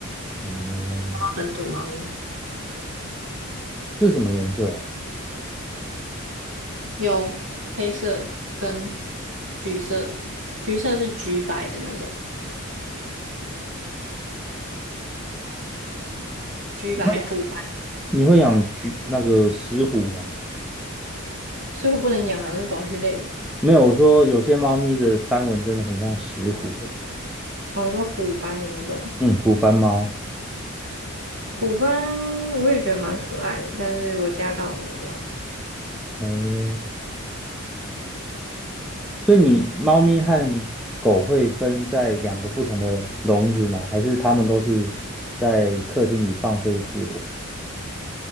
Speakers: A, in the centre; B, on the right.
A: 哦，
B: 本土猫咪，
A: 是什么颜色啊？
B: 有黑色跟橘色的，橘色是橘白的那种，橘白虎斑，
A: 你会你会养橘那个石虎吗？
B: 所以我不能养啊，那是保育类的。
A: 没有，我说有些猫咪的斑纹真的很像石虎诶。
B: 我说虎斑的那种，
A: 嗯，虎斑猫。
B: 虎斑我也觉得蛮可爱的，但是我家刚好没有。
A: 哦，所以你猫咪和狗会分在两个不同的笼子吗？还是它们都是在客厅里放飞自我？